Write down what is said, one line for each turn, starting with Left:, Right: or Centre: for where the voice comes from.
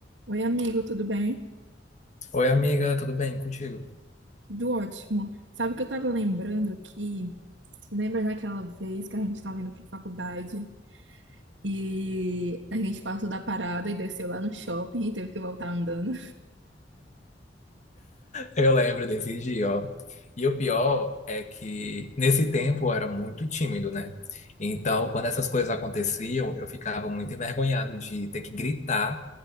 Right: Oi, amigo, tudo bem?
Left: Oi, amiga, tudo bem contigo?
Right: Tudo ótimo. Sabe o que eu tava lembrando aqui? Lembra daquela vez que a gente tava indo pra faculdade e a gente passou da parada e desceu lá no shopping e teve que voltar andando?
Left: Eu lembro desse dia, ó. E o pior é que nesse tempo eu era muito tímido, né? Então, quando essas coisas aconteciam, eu ficava muito envergonhado de ter que gritar